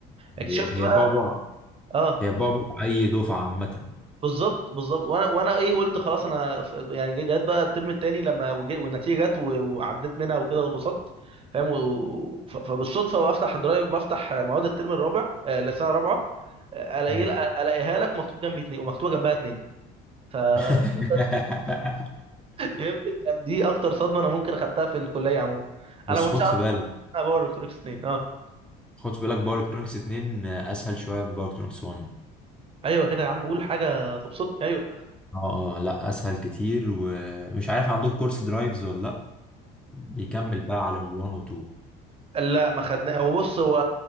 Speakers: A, in the centre; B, on the right.
A: هي
B: اكتشفت
A: هي
B: بقى
A: بعبع
B: اه
A: هي بعبع اي دفعه عامه
B: بالظبط بالظبط وانا وانا ايه قلت خلاص انا ف- يعني جت بقى الترم التاني لما وجي- والنتيجه جت و- وعديت منها وكده واتبسطت فاهم و- ف- فبالصدفه بفتح الدرايف بفتح مواد الترم الرابع آه، السنه الرابعه آه، الاقي
A: مم.
B: الاقيها لك مكتوب جنبي اتنين ومكتوبه جنبها اتنين ف <laughs>
A: <laughs>
B: يمكن كان دي اكتر صدمه انا ممكن اخدتها في الكليه عموما انا
A: بس
B: ما كنتش
A: خد
B: اعرف
A: في بالك
B: ان احنا هناخد باور الكترونكس اتنين اه
A: خد في بالك باور الكترونكس 2 اسهل شويه من باور الكترونكس 1
B: ايوه كده يا عم قول حاجه تبسطني ايوه
A: اه آه، لا اسهل كتير ومش عارف عندكم كورس درايفز ولا لا بيكمل بقى على ال1 و2
B: لا ما خدنا هو بص هو